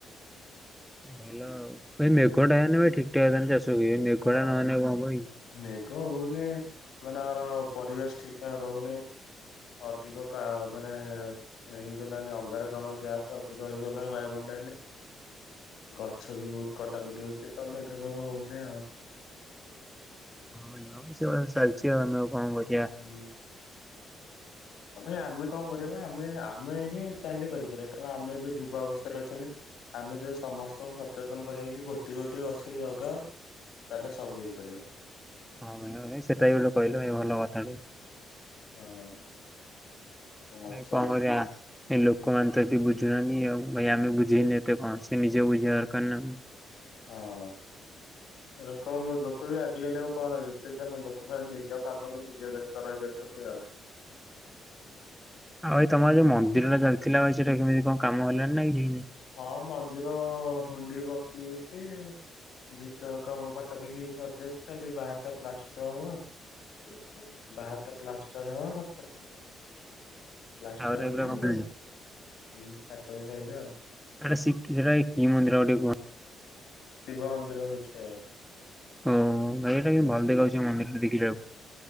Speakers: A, in the centre; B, on the left (about 80°).
A: ଭଲ ଆଉ ଭାଇ ମେଘଟା ହେଇନି ଭାଇ ଠିକ୍ ଠାକ୍ ଚାଷ ହୁଏ। ମେଘଟା
B: ହଁ
A: ନହଲେ କଣ ହବକି।
B: ମେଘ ହଉନି ମାନେ ଆମର ପରିବେଶ ଠିକ୍ ଠାକ୍ ରହୁନି। ଅଧିକ କା ମାନେ ହେଇଗଲାଣି ଅଙ୍ଗାରକାମ୍ଳ ଗ୍ୟାସ୍ ଅଧିକ ହେଇଗଲାଣି ବାୟୁମଣ୍ଡଲରେ। ଗଛ ବି ବହୁତ କଟାକଟି ହଉଛି ତ ମେଘ ଫେଘ ହଉନି ଆଉ।
A: ହଁ ସେ ଭଳିଆ ତ ଚାଲିଛି ଆମେ ଆଉ କଣ କରିବା।
B: ହୁଁ ଭାଇ ଆମେ କଣ କରୁ ଆମେ-ଆମେ ହିଁ ଚାହିଁଲେ କରିପାରିବା କାରଣ ଆମେ ଏବେ ଯୁବା ଅବସ୍ଥାରେ ଅଛନ୍ତି। ଆମେ ଯଦି ସମସ୍ତଙ୍କୁ ସଚେତନ କରିବା କି ଗୋଟି-ଗୋଟି ଗଛ ବି ଲଗାଅ ତାହେଲେ ସବୁ ହେଇପାରିବ।
A: ହଁ ଭାଇ ସେଟା ବି ଗୋଟେ କହିଲ ଭାଇ ଭଲ କଥା ଟେ।
B: ହଁ। ଗଛ
A: ଭାଇ କଣ କରିଆ? ଏଇ ଲୋକମାନେ ତ ଏତିକି ବୁଝୁନାହାନ୍ତି ଆଉ। ଭାଇ ଆମେ ବୁଝେଇନି ଏତେ କଣ ସେ ନିଜେ ବୁଝିବା ଦରକାର ନା।
B: ହଁ।
A: <inaudible>
B: ଲୋକଙ୍କୁ ଲୋକ ବି ଆଜିକାଲି ଆଉ କଣ ଲୋକମାନେ ନିଜ କାମରେ ନିଜେ ବ୍ୟସ୍ତ ରହିଯାଉଛନ୍ତି ଆଉ।
A: ଆଉ ଭାଇ ତମର ଯୋଉ ମନ୍ଦିର ଟା ଚାଲିଥିଲା ଭାଇ ସେଟା କେମିତି କଣ କାମ ହେଲାଣି ନା କିଛି ହେଇନି?
B: ହଁ ମନ୍ଦିର ହୁଣ୍ଡି ବସି ଯାଇଛି। ଭିତର କାମ ପାଖାପାଖି ସରିଯାଇଛି ଖାଲି ବାହାରଟା ପ୍ଲାଷ୍ଟର ହବ। <inaudible> ବାହାର ଟା ପ୍ଲାଷ୍ଟର ହେବ <unintelligible>
A: <inaudible>
B: ପ୍ଲାଷ୍ଟର
A: ଆହୁରି
B: ହେଇକି
A: ପୁରା କମ୍ପ୍ଲିଟ
B: ଉଁ ଠାକୁର ରହିବେ ଆଉ।
A: ଆରା ସିକିର କି ମନ୍ଦିର ଗୋଟେ କୁହନ୍ତି?
B: ଶିବ ମନ୍ଦିର ହଉଛି ଆଉ।
A: ଓହ ଭାଇ ଏଟା କିନ୍ତୁ ଭଲ ଦେଖାଉଛି ମନ୍ଦିର ଟା ଦେଖିଲା ବେଳକୁ।